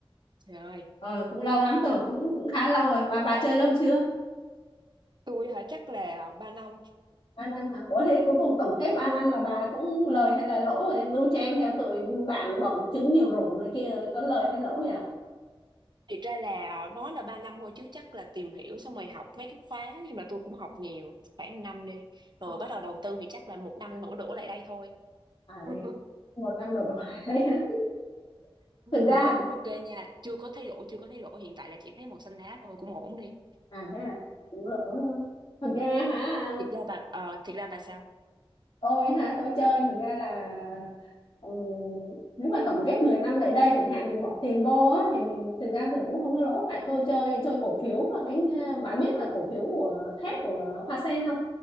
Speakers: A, on the right; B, on the left.
A: Trời ơi,
B: ờ, cũng lâu lắm rồi cũng cũng khá lâu rồi mà bà chơi lâu chưa
A: tôi hả chắc là 3 năm.
B: ba năm hả ủa thế cuối cùng tổng kết ba năm là bà cũng lời hay là lỗ vậy? đu chen theo tụi bạn bọn trứng nhiều rổ này kia rồi có lời hay lỗ vậy
A: Thiệt ra là nói là 3 năm thôi chứ chắc là tìm hiểu xong rồi học mấy cái khóa nhưng mà tôi cũng học nhiều, khoảng năm đi. Rồi
B: Không.
A: bắt đầu đầu tư thì chắc là một năm nổ đổ lại đây thôi.
B: à
A: <laughs>
B: thế một năm đổ đổ lại đấy <laughs>
A: Đúng
B: thực
A: rồi,
B: ra
A: nhưng mà cũng ok nha, chưa có thấy lỗ, chưa có thấy lỗ, hiện tại là chỉ thấy màu xanh lá thôi, cũng ổn đi.
B: à thế à cũng lỗ luôn thực ra hả
A: Thiệt ra bà ờ, thiệt ra bà sao?
B: tôi hả tôi chơi thực ra là ừm, nếu mà tổng kết 10 năm lại đây chẳng hạn mình bỏ tiền vô á thì mình thực ra thì cũng không có lỗ tại tôi chơi chơi cổ phiếu và cái ờ, bà biết là cổ phiếu của thép của Hoa Sen không